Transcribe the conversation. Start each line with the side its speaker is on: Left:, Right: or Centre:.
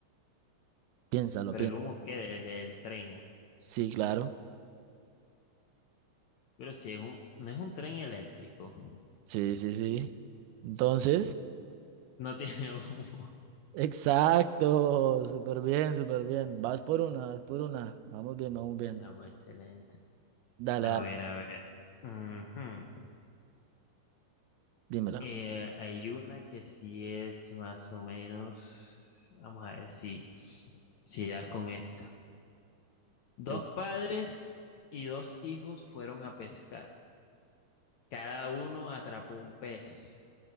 Right: Piénsalo,
Left: Pero
Right: piénsalo.
Left: el humo qué del, del tren.
Right: Sí, claro.
Left: Pero si es un, no es un tren eléctrico.
Right: Sí, sí, sí. Entonces...
Left: No <laughs> tiene humo.
Right: Exacto, súper bien, súper bien. Vas por una, vas por una. Vamos bien, vamos bien.
Left: El amo, excelente.
Right: Dale,
Left: A
Right: dale,
Left: ver, a ver. Ujú.
Right: dímelo.
Left: Eh, hay una que sí es más o menos. Vamos a ver si, si das con esta. Dos
Right: Es-
Left: padres y dos hijos fueron a pescar. Cada uno atrapó un pez,